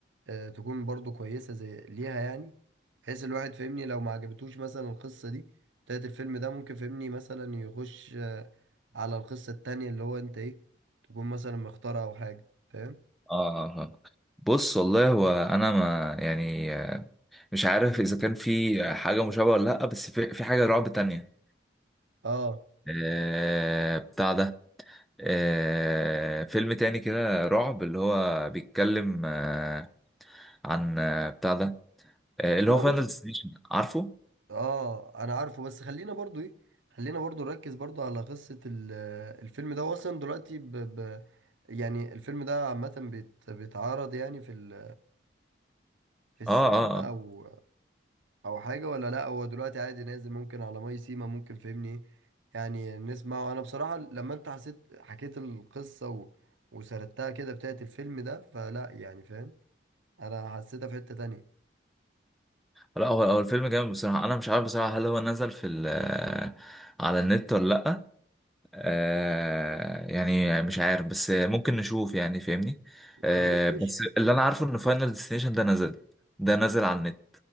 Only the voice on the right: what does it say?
آه، تكون برضو كويسة زي ليها يعني بحيث الواحد فهمني لو ما عجبتوش مثلا القصة دي بتاعت الفيلم ده ممكن فهمني مثلا يخش آه، على القصة التانية اللي هو انت ايه تكون مثلا مختارها او حاجة فاهم
اه
والله
بص
اه انا عارفه بس خلينا برضو ايه خلينا برضو نركز برضو على قصة ال- آه، الفيلم ده هو اصلا دلوقتي ب... ب... يعني الفيلم ده عامة بيت... بيتعرض يعني في ال... في السينما
او او حاجة ولا لا هو دلوقتي عادي نازل ممكن على ماي سيما ممكن فهمني ايه يعني نسمعه انا بصراحة لما انت حسيت حكيت القصة و... وسردتها كده بتاعت الفيلم ده فلا يعني فاهم انا حسيتها في حتة تانية
خلاص
ماشي